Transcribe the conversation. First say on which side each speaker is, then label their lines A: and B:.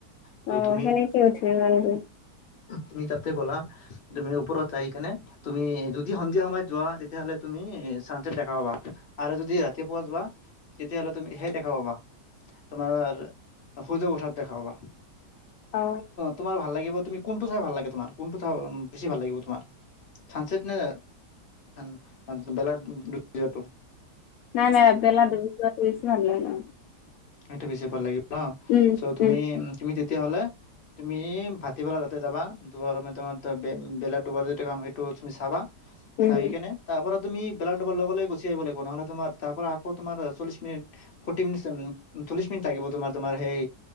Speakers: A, on the left (about 40°); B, on the left (about 70°).
A: ত
B: অ',
A: তুমি
B: সেনেকি উঠিম ইমান দূৰ
A: তুমি তাৰতে ব'লা তুমি ওপৰতৰত যা ই কেনে তুমি যদি সন্ধিয়া সময়ত যোৱা তেতিয়াহ'লে তুমি চানচেট দেখা পাবা আৰু যদি ৰা তি পোৱা বাা তেতিয়াহ'লে তুমি সেই দেখাবাবা তোমাৰ সূৰ্য উঠাৰ দেখাবা
B: অ
A: তোমাৰ ভাল লাগিব তুমি কোনটো চাই ভাল লাগে তোমাৰ কোনটো চ বেছি ভাল লাগিব তোমাৰ চান নে চান ম বেলটো <unintelligible>
B: নাই, নাই বেলা দুবি যোৱা টো বেছি ভাল লাগে
A: সেইটো বেছি ভাল লাগিব ন
B: উম,
A: চ তুমি,
B: উম,
A: তুমি তেতিয়াহলে তুমি ভাটিবেলা তাতে যাবা দুবাৰ সময় তোমাৰ বেলোত দুবাৰ যেয়া কাম এইটো তুমি চাবা
B: উম,
A: চাইি কিনে তাৰ পৰা তুমি বেলা দুবাৰ লগে গুচি আহিব লাগিব নহ'লে মাৰ পৰা আকৌ তোমাৰ চল্লি মিন ফ চল্লিশ মিনিট লাগিব তোমাৰ তোমাৰ সেই